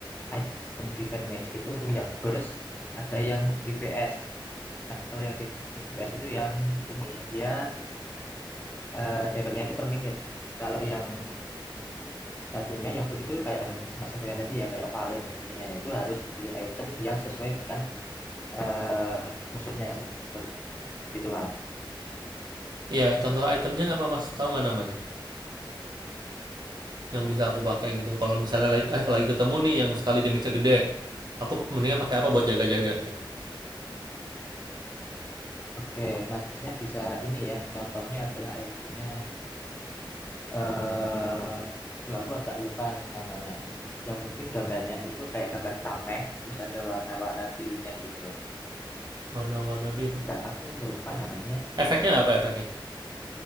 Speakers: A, on the left; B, on the right.
A: item Divine Magic itu untuk yang burst, ada yang DPS. Nah, kalau yang DPS itu yang ini dia eh damage-nya itu per menit. Kalau yang satunya yang burst itu kayak yang semacam yang tadi ya kayak Vale dan sebagainya itu harus beli item yang sesuai dengan eh musuhnya seperti itu, Mas.
B: Iya, contoh itemnya apa, Mas? Tahu nggak namanya? Yang bisa aku pakai gitu. Kalau misalnya lagi eh lagi ketemu nih yang sekali damage-nya gede, aku mendingan pakai apa buat jaga-jaga gitu.
A: Oke, Masnya bisa ini ya. Contohnya adalah itemnya eh tuh aku agak lupa nih namanya. Yang penting gambarnya itu kayak gambar tameng, terus ada warna-warna birunya gitu.
B: Warna-warna biru.
A: Bentar, aku lupa namanya.
B: Efeknya apa efeknya?